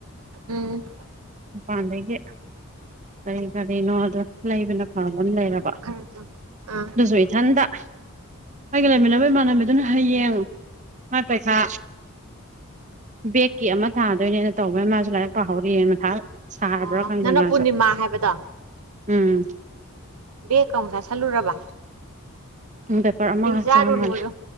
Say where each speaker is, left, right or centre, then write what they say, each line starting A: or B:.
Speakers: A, on the right; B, on the right.
A: ꯎꯝ
B: ꯃꯄꯟꯗꯒꯤ ꯀꯔꯤ ꯀꯔꯤꯅꯣꯗꯣ ꯂꯩꯕꯅ ꯐꯥꯕꯝ ꯂꯩꯔꯕ
A: ꯈꯔ ꯑꯥ
B: ꯑꯗꯨꯁꯨ ꯏꯊꯟꯗ ꯑꯩꯒ ꯂꯩꯃꯤꯟꯅꯕ ꯏꯃꯥꯟꯅꯕꯤꯗꯨꯅ ꯍꯌꯦꯡ ꯃꯥ ꯄꯩꯈꯥ ꯕꯦꯛꯀꯤ ꯑꯃ ꯊꯥꯗꯣꯏꯅꯦꯅ ꯇꯧꯕꯩ ꯃꯥꯖꯨ ꯂꯥꯏꯔꯤꯛ ꯄꯥꯍꯧꯔꯤꯌꯦ ꯃꯊꯥ ꯁꯥꯔꯕ꯭ꯔꯥ
A: ꯑꯣ
B: ꯈꯪꯗꯦ
A: ꯅꯪꯅ
B: ꯃꯥꯖꯨ
A: ꯄꯨꯔꯅꯤꯃꯥ ꯍꯥꯏꯕꯗꯣ
B: ꯎꯝ
A: ꯕꯦꯛ ꯀꯥ ꯑꯃꯨꯛ ꯆꯁꯟꯂꯨꯔꯕ
B: ꯎꯝ ꯄꯦꯄꯔ ꯑꯃ
A: ꯆꯥꯔꯨꯅꯣꯌꯣ
B: ꯆꯥꯃꯜꯂꯦ ꯍꯥ